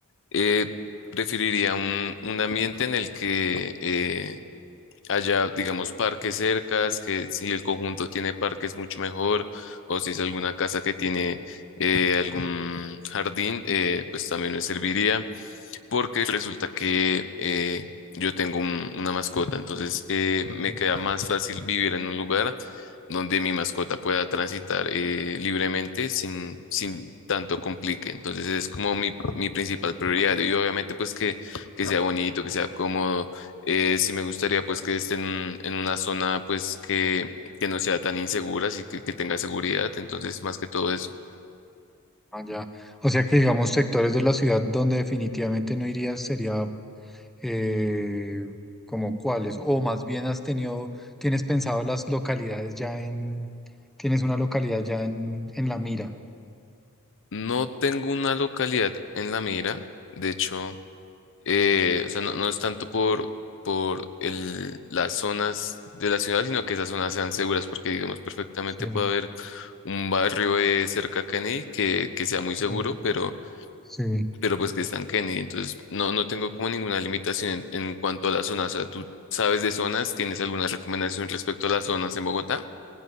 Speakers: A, on the left (about 60°); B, in the centre.
A: eh, preferiría un, un ambiente en el que eh, haya, digamos, parques cercas, que si el conjunto tiene parques mucho mejor, o si es alguna casa que tiene eh, algún jardín, eh, pues también me serviría porque resulta que eh, yo tengo un- una mascota, entonces eh, me
B: eh,
A: queda más fácil vivir en un lugar donde mi mascota pueda transitar eh, libremente sin, sin tanto complique. Entonces es como mi, mi principal prioridad y obviamente pues que, que sea bonito, que sea cómodo. Eh, sí me gustaría pues que esté en, en una zona pues que, que no sea tan insegura, así que, que tenga seguridad. Entonces más que todo eso.
B: allá. O sea que, digamos, sectores de la ciudad donde definitivamente no irías sería eh, como cuáles, o más bien has tenido, tienes pensado las localidades ya en, tienes una localidad ya en, en la mira.
A: No tengo una localidad en la mira. De hecho, eh, o sea, no, no es tanto por, por el- las zonas de la ciudad, sino que esas zonas sean seguras, porque digamos perfectamente
B: Sí,
A: puede haber un barrio eh, cerca a Kennedy que, que sea muy seguro,
B: sí,
A: pero,
B: sí.
A: pero pues que está en Kennedy. Entonces, no, no tengo como ninguna limitación en, en cuanto a las zonas. O sea, ¿tú sabes de zonas? ¿Tienes alguna recomendación respecto a las zonas en Bogotá?